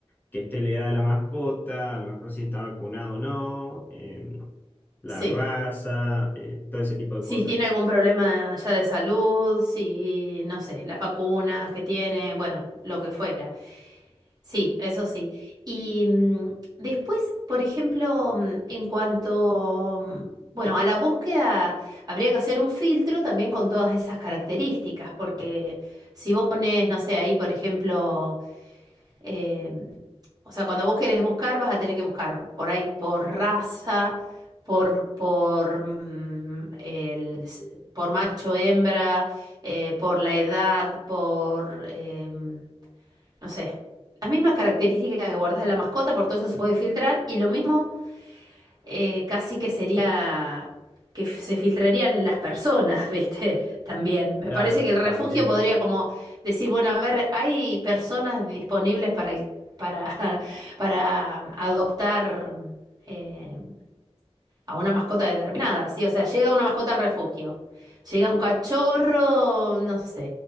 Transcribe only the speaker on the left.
que esté la edad de la mascota, a lo mejor si está vacunado o no, eh, la
raza, eh, todo ese tipo de
cosas.
Claro,
también.